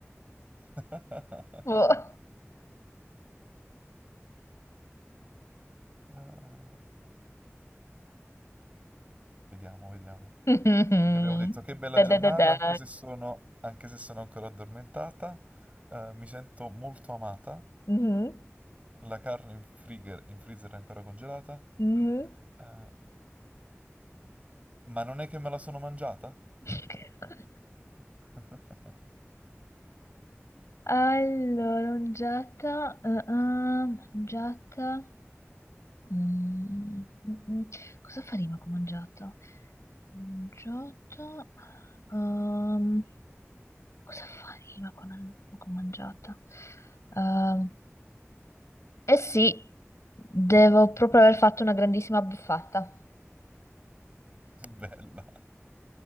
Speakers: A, on the right (about 30°); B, on the left (about 75°).
A: <laughs>
B: Boh.
A: Ah, vediamo, vediamo.
B: <laughs>
A: Quindi abbiamo detto che bella
B: Da
A: giornata,
B: da da da.
A: anche se sono, anche se sono ancora addormentata. Eh, mi sento molto amata.
B: Mhm,
A: La carne in friger- in freezer è ancora congelata.
B: mhm.
A: Eh, ma non è che me la sono mangiata?
B: <laughs>
A: <laughs>
B: Allora, mangiata, ah, ah, mangiata. Mm, mm, mm. Cosa faremo che ho mangiato? Ho mangiato... ehm, cosa faremo che ho che ho mangiato? Ehm, eh sì, devo proprio aver fatto una grandissima buffata.
A: Bella.